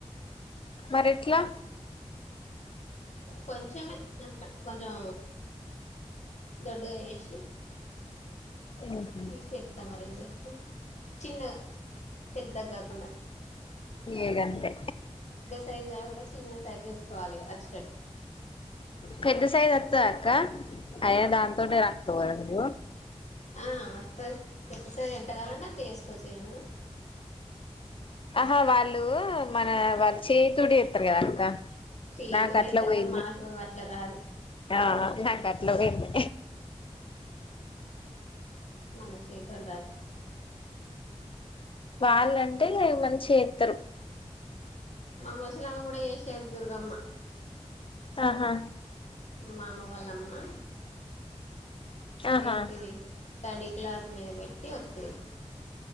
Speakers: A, on the left; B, on the left.
A: మరి ఎట్లా
B: కొంచమే కొంచెం దొడ్డుగా వేసి
A: ఉహు
B: తీసేస్తా మరి ఏం చేస్తే చిన్నగా పెద్దగా కాకుండా
A: ఇగంతే
B: సైజ్ కాకుండా చిన్న సైజ్ చేేసుకోవాలి అచ్చినట్టు
A: పెద్ద సైజ్ వత్తద అక్క అయ్యా దాంతోనే రాక్తవరా నువ్వు
B: ఆ వత్తది పెద్ద సైజ్ ఎంత కావాలంటే అంత వేసుకోవచ్చ ఏమన్నా
A: ఆహా వాళ్ళు మన వాళ్ళు చేయి తోటి చేస్తారు కదా అక్క
B: చెయ్య
A: నాకు
B: తోడి
A: అట్లా
B: చేస్తారు
A: పోయింది
B: కానీ మనకు అట్లా రాదు
A: ఆ నాకట్ల పోయింది
B: మన చేతోని రాదు
A: వాళ్ళంటే మంచి చేస్తారు
B: మా ముసలమ్మ కూడా చేసేది దుర్గమ్మ
A: ఆహా
B: మా మామ వాళ్ళమ్మా అదేంటిది
A: ఆహా
B: తడి క్లాత్ మీద పెట్టి వొత్తేది